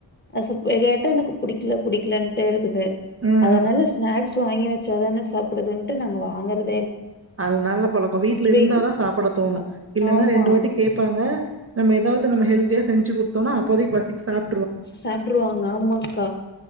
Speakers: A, on the left (about 25°); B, on the right (about 30°).
A: அஸப் பு கேட்டா எனக்கு புடிக்கல புடிக்கலன்ட்டே இருக்குது
B: ம்.
A: அதனால ஸ்ந்னாக்ஸ் வாங்கி வச்சாதனே சாப்பிடுதுன்ட்டு நாங்க வாங்கறத
B: அது நல்ல பழக்கோ வீட்டுல இருந்தாாதா
A: வீக்
B: சாப்பிட தோணு இல்லைன்னா
A: ஆமா
B: ரெண்டு வாட்டி கேப்பாங்க நம்ம ஏதாவது நம்ம ஹெல்தியா செஞ்சு கொடுத்தோனா அப்போதக்குபசிக்கு சாப்ட்
A: சாப்பிட்ருவாங்க ஆமாங்க்கா